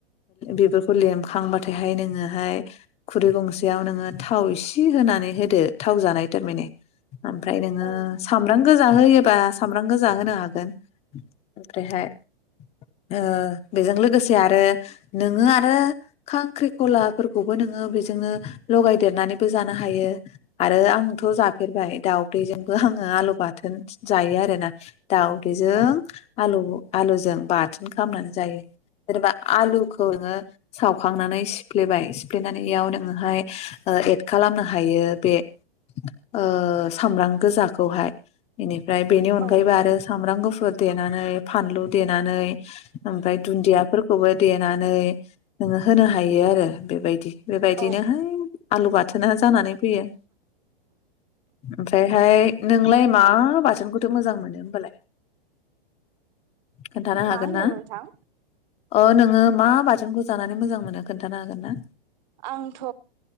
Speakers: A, on the left; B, on the right.
A: बिगुरखौ लेमखांबाथायहाय नोङो। ओफाय खुरै गंसेयाव नोङो थाव इसे होनानै होदो थाव जानाय थारमाने। ओमफ्राय नोङो
B: औ
A: सामब्राम। गोजा होयोबा सामब्राम गोजान होनो हागोन। ओमफ्रायहाय। ओ बेजों लोगोसे आरो नोङो आरो खांख्रिखला। फोरखौबो नोङो बेजोंनो लगायदेरनानैबो जानो हायो आरो आंथ जाफेरबाय दाउदैजोंबो आङो आलु बाथोन जायो आरोना। दाउदैजों
B: ओं
A: आलु आलुजों बाथोन खालामनानै जायो जेनेबा आलुखौ नोङो सावखांनानै सि सिफ्लेबाय सिफ्लेनानैयाव नोङोहाय एड खालामनो हायो बे ओ सामब्राम गोजाखौहाय बेनि ओमफ्राय बेनि अनगायैबो
B: औ
A: आरो सामब्राम गुफुर देनानै फानलु देनानै ओमफफ्राय दुन्दियाफोरखौबो देना नानै नोङो होनो हायो आरो बेबायदि बेबायदिनोहाय
B: औ
A: आलु बाथोना जानानै फैयो ओमफ्रायहाय नोंलाय मा बाथोनखौथ' मोजां मोनो होनबालाय खोन्थानो हागोन
B: मा होनदों
A: ना
B: नोंथां?
A: अ नोङो मा बाथोनखौ जानानै मोजां मोनो खोन्थानो हागोन? ना
B: आंथ'